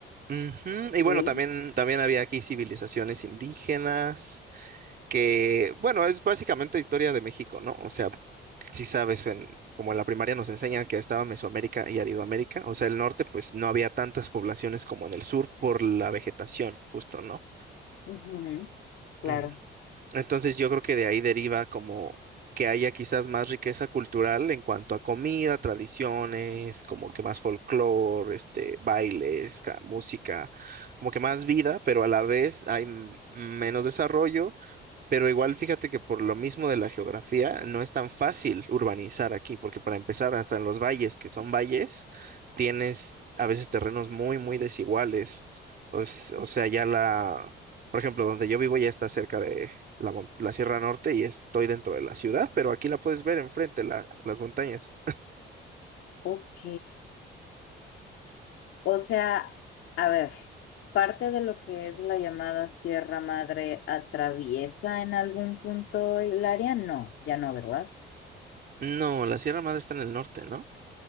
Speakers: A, on the right; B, on the left.
A: Ujú,
B: Sí,
A: Y bueno, también, también había aquí civilizaciones indígenas, que, bueno, es básicamente historia de México, ¿no? O sea, sí sabes, en, como en la primaria nos enseñan que estaba Mesoamérica y Aridoamérica, o sea, el norte pues no había tantas poblaciones como en el sur por la vegetación, justo, ¿no?
B: Ujú. claro.
A: Ujú. Entonces yo creo que de ahí deriva como que haya quizás más riqueza cultural en cuanto a comida, tradiciones, como que más folclore, este, bailes, ca- música, como que más vida, pero a la vez hay m- menos desarrollo pero igual fíjate que por lo mismo de la geografía no es tan fácil urbanizar aquí, porque para empezar, hasta en los valles, que son valles, tienes a veces terrenos muy, muy desiguales. O, s- o sea, ya la, por ejemplo, donde yo vivo ya está cerca de la, mon- la Sierra Norte y estoy dentro de la ciudad, pero aquí la puedes ver enfrente, la- las montañas.
B: Ok. O sea, a ver, parte de lo que es la llamada Sierra Madre atraviesa en algún punto el área, no, ya no, ¿verdad?
A: No, la Sierra Madre está en el norte, ¿no?